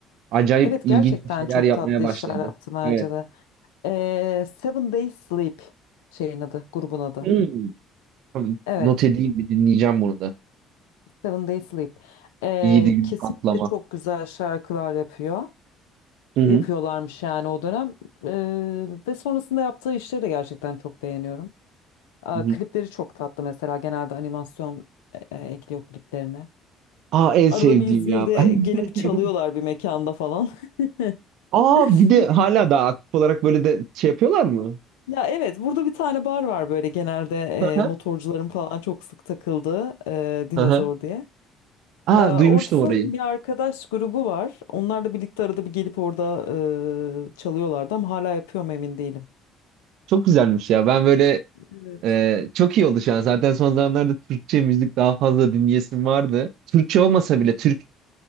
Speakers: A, on the right; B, on the left.
A: Acayip
B: Evet
A: ilginç
B: gerçekten
A: bir şeyler
B: çok
A: yapmaya
B: tatlı
A: başladı.
B: işler yaptı bence
A: Evet.
B: de. Eee, Seven Days Sleep şeyin adı, grubun adı.
A: Hmm. Tamam,
B: Evet,
A: Not edeyim bir dinleyeceğim bunu da.
B: Seven Days Sleep. Eee,
A: yedi günlük
B: kesinlikle
A: atlama.
B: çok güzel şarkılar yapıyor.
A: Hı hı.
B: Yapıyorlarmış yani o dönem. Eee, ve sonrasında yaptığı işleri de gerçekten çok beğeniyorum. Aa,
A: Hı hı.
B: klipleri çok tatlı mesela genelde animasyon e, e, ekliyor kliplerine.
A: Aa en
B: Arada
A: sevdiğim
B: bir İzmir'de
A: ya. <laughs>
B: gelip çalıyorlar bir mekanda falan.
A: Aa
B: <laughs>
A: bir de hala daha aktif olarak böyle de şey yapıyorlar mı?
B: Ya evet burada bir tane bar var böyle genelde
A: Hı
B: e, motorcuların falan çok sık takıldığı e, Dinozor
A: hı. hı.
B: diye.
A: Aa
B: E, orada
A: duymuştum
B: sanırım
A: orayı.
B: bir arkadaş grubu var. Onlarla birlikte arada bir gelip orada e, çalıyorlardı ama hala yapıyor mu emin değilim.
A: Çok güzelmiş ya. Ben böyle
B: Evet.
A: e, çok iyi oldu şu an. Zaten son zamanlarda Türkçe müzik daha fazla dinleyesim vardı. Türkçe olmasa bile Türk